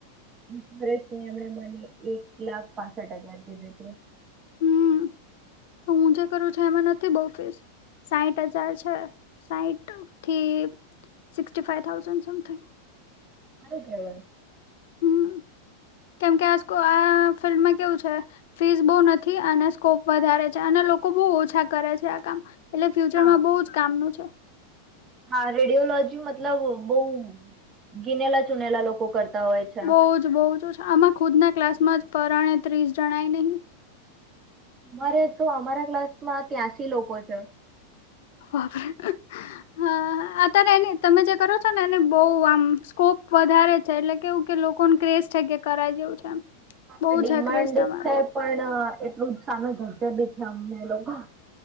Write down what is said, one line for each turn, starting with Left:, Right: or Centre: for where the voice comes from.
Right: ઇન્જિનરની એમણે મને એક લાખ પાસ હજાર કીધું કે.
Left: હમ્મ, હું જે કરું છું એમાં નથી બહું ફીસ. સાઠ હજાર છે, સાઠથી સિક્ટિય ફાઈવ થાઉઝન્ડ સમથીંગ.
Right: મારે જવાય.
Left: હમ કેમ કે આ આ ફિલ્ડમાં કેવું છે. ફીસ બહુ નથી અને સ્કોપ વધારે છે અને લોકો બહુ ઓછા કરે છે આ કામ. એટલે ફ્યુચરમાં
Right: હા
Left: બહુ જ કામનું છે.
Right: હા રેડિયોલોજી મતલબ બહું ગીનેલા ચૂનેલા લોકો કરતા હોય છે.
Left: બઉં જ બઉં જ. આમાં ખુદના ક્લાસમાં જ પરાણે ત્રીસ જણાય નહીં.
Right: અમારે તો અમારા ક્લાસ માં ત્યાંસી લોકો છે.
Left: હા આ તેની જ તમે જે કરો છો ને એને બઉ આમ સ્કોપ વધારે છે એટલે કેવું કે લોકોને ક્રેઝ છે કે કરાય જેવું છે એમ.
Right: હા
Left: બહુ
Right: ડિમાન્ડ
Left: છે ક્રેઝ તમારે
Right: છે પણ એટલું જ સામે ઘડતર બી છે અમને એ લોકો.